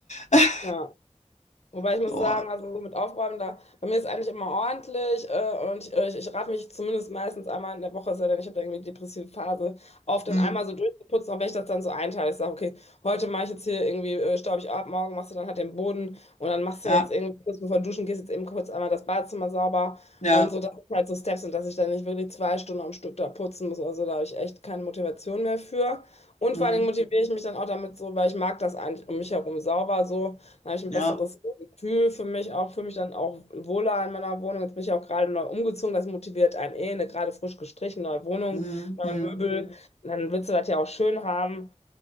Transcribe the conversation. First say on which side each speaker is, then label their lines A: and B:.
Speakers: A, on the left; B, on the left.
A: <laughs>
B: Ja, Wobei ich muss
A: Oh,
B: sagen, also so mit Aufräumen, da, bei mir ist eigentlich immer ordentlich äh, und ich, ich, ich raff mich zumindest meistens einmal in der Woche, es sei denn, ich habe da irgendwie eine depressive Phase, auf, dann
A: mm,
B: einmal so durchzuputzen, auch wenn ich das dann so einteile. Ich sage, okay, heute mache ich jetzt hier irgendwie, äh, staub ich ab, morgen machst du dann halt den Boden und dann machst
A: ja,
B: du jetzt irgendwie kurz bevor du duschen gehst, jetzt eben kurz einmal das Badezimmer sauber
A: ja,
B: und so, das sind halt so Steps und dass ich dann nicht wirklich zwei Stunden am Stück da putzen muss. Also da habe ich echt keine Motivation mehr für. Und
A: mm,
B: vor allen Dingen motiviere ich mich dann auch damit so, weil ich mag das eigentlich um mich herum sauber so. Dann habe ich ein
A: ja,
B: besseres fühle für mich auch, fühle mich dann auch wohler in meiner Wohnung. Jetzt bin ich auch gerade neu umgezogen, das motiviert einen eh, eine gerade frisch gestrichen, neue Wohnung,
A: mm,
B: neue
A: mm,
B: Möbel. Dann willst du das ja auch schön haben.